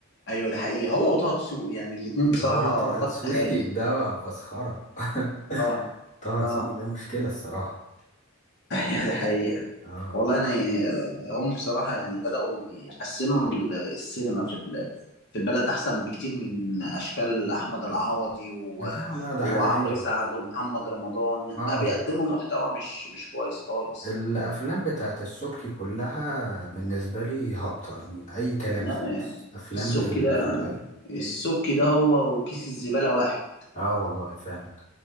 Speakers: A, on the left; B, on the left.
A: ايوه ده حقيقي هو وطه دسوقي يعني الاثنين بصراحه
B: الولا طه
A: خط
B: دسوقي
A: هايل
B: <laughs> ده مسخرة <laughs>
A: اه
B: طه
A: اه
B: دسوقي ده مشكلة الصراحة
A: <laughs> ايوه ده حقيقه
B: اه
A: والله انا يعني هم بصراحه يعني بداوا يحسنوا ال- السينما في ال- في البلد احسن بكتير من اشكال احمد العوضي و...
B: لا لا ده
A: وعمرو
B: حاجة تاني
A: سعد ومحمد رمضان يعني
B: اه
A: بقى بيقدموا محتوى مش مش كويس خالص
B: الأفلام بتاعت السبكي كلها بالنسبة لي هابطة يعني أي كلام
A: لا
B: خالص أفلام
A: السبك
B: فاهم
A: ده
B: في الغالب
A: السبك ده هو وكيس الزبالة واحد
B: اه والله فعلا